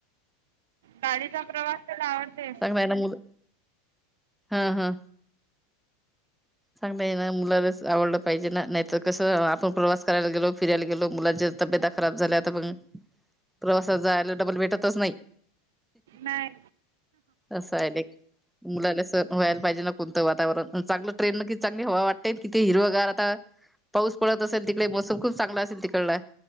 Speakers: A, on the right (about 80°); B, in the centre.
A: गाडीचा प्रवास त्याला आवडते
B: वण <unintelligible> हा हा चांगलयना मुलालाच आवडलं पाहिजे ना नाहीतर कसं आपण प्रवास करायला गेलो फिरायला गेलो मुलाचे तब्यता खराब झाल्या आता पण प्रवासात जायला डबल भेटतच नाही
A: नाही
B: अससं आहे <unintelligible> मुलाला समजायला पाहिजे ना कोणतं वातावरण चांगलं ट्रेन न कि चांगली हवा वाट तिथे हिरवागार आता पाऊस पडत असेल तिकडे मोसम खूप चांगला असेल तिकडला